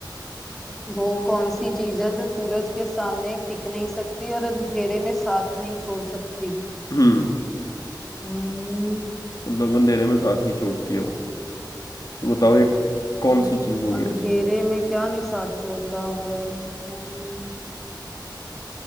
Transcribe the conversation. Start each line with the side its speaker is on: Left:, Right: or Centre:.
Centre: वो कौन सी चीज है जो सूरज के सामने टिक नहीं सकती और अंधेरे में साथ नहीं छोड़ सकती
Left: हम्म
Centre: हम्म,
Left: मतलब अंधेरे में साथ नहीं छोड़ती है वो तो बताओ ये कौन
Centre: कौन सी
Left: सी
Centre: चीज
Left: चीज़ होगी
Centre: अंधेरे
Left: ऐसी
Centre: में क्या नहीं साथ छोड़ता हमारा हम्म,